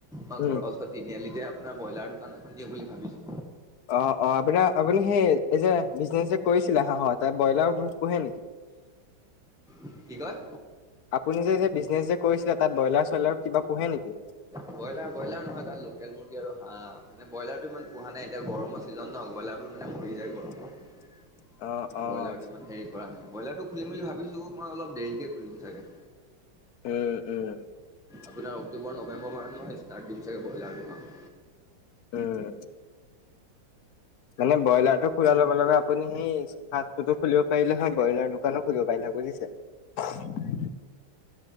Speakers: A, in the centre; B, on the left.
A: মই
B: উম,
A: ঘৰৰ ওচৰ তিনিআলিতে আপোনাৰ ব্ৰইলাৰ দুকান এখন দিওঁ বুলি ভাবিছো।
B: অ', অ' আপোনাৰ আপুনি সেই এই যে বিজনেচ যে কৰিছিলে হাঁহৰ তাই ব্ৰলাৰ পোহে নেকি?
A: <unintelligible> কি কয়?
B: আপুনি যে যে বিজনেছ যে কৰিছিলে তাত ব্ৰইলাৰ চয়লাৰ কিবা পোহে নেকি?
A: ব্ৰইলাৰ ব্ৰইলাৰ নহয়, তাত লোকেল মুৰ্গী আৰু হাঁ মানে ব্ৰইলাৰটো ইমান পোহা নাই এতিয়া গৰমত সিজন ন ব্ৰইলাৰবোৰ মানে মৰি যায় গৰমত।
B: <unintelligible>
A: <inaudible>
B: অ', অ',
A: ব্ৰইলাৰটো ইমান হেৰি কৰা নাই ব্ৰইলাৰটো খুলিম বুলি ভাবিছো মই অলপ দেৰিকে খুলিম চাগে।
B: <unintelligible>
A: আপোনাৰ, অক্টোবৰ-নৱেম্বৰ মাহত মই, ষ্টাৰ্ট দিম চাগে, ব্ৰইলাৰ দোকান।
B: উম! মানে, ব্ৰইলাৰটো খোলাৰ লগে-লগে আপনি সেই ফাষ্ট-ফুডো খুলিব পাৰিলে হয়, ব্ৰইলাৰ দোকানো খুলিব পাৰিলে হয়, বুজিছে।